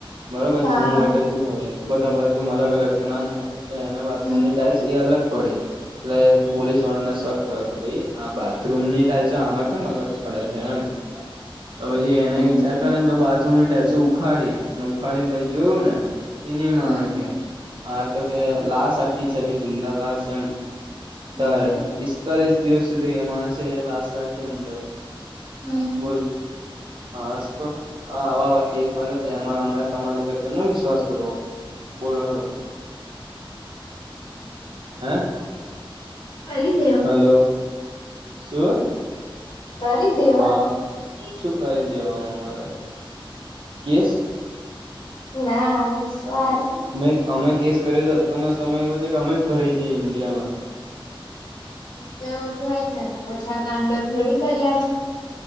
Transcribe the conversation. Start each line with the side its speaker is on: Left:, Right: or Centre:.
Right: બરોબર
Left: હા
Right: છે હું હોય કે તું હોય બધા બાથરૂમ અલગ-અલગ તો ના નાખે. એને એના બાથરૂમ
Left: હમ
Right: ની ટાઇલ્સ એ અલગ પડી એટલે પોલીસવાળાને શક તો કે ભાઈ આ બાથરૂમ ની ટાઇલશો આમાં કેમ અલગ પડે છે એમ. તો પછી એને
Left: હમ
Right: વિચાર કર્યો ને તો બાથરૂમની ટાઇલશો ઉખાડી ને ઉખાડીને પછી જોયું ને. એની માને
Left: હમ
Right: કે હા તો કે લાશ આખી છે કે જિંદા લાશ એમ.
Left: હમ
Right: તારે પિસ્તાલીસ દિવસ સુધી એ માણસે લાશ રાખી અંદર.
Left: હમ
Right: બોલ હાસ્તો. આ આવા-આવા કેસ બને તો એમાં અમે તમારા ઉપર કેમનો વિશ્વાસ કરવો બોલો હેડો.
Left: <inaudible>
Right: હે?
Left: અરે.
Right: હલો શું?
Left: કરી દે.
Right: હા શું કરી દેવાનું અમારે કેસ?
Left: ના વિશ્વાસ.
Right: નઈ અમે કેસ કરીયો તો અત્યારનો સમય એવો છે કે અમે જ ભરાઈ જઈએ ઇન્ડિયામાં.
Left: તો એવું હોય ને ઓછા કાંડો થોડી કર્યા છે.